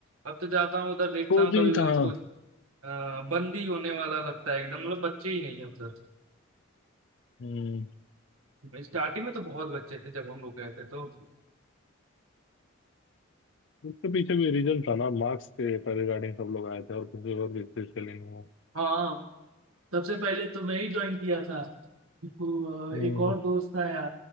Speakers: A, on the right (about 85°); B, on the left (about 60°).
A: अब तो जाता हूँ उधर देखता
B: कोचिंग
A: हूँ कभी
B: कहाँ
A: उसको हाँ, बंदी होने वाला लगता है एकदम मतलब बच्चे ही नहीं है उधर
B: हम्म
A: स्टार्टिंग में तो बहुत बच्चे थे जब हम लोग गए थे तो
B: उसके पीछे भी रीजन था ना मार्क्स के रिगार्डिंग सब लोग आए थे और किसी और भी चीज के लिए नहीं आए
A: हाँ सबसे पहले तो मैं ही ज्वाइन किया था इसको, अ,
B: हम्म
A: एक और दोस्त आया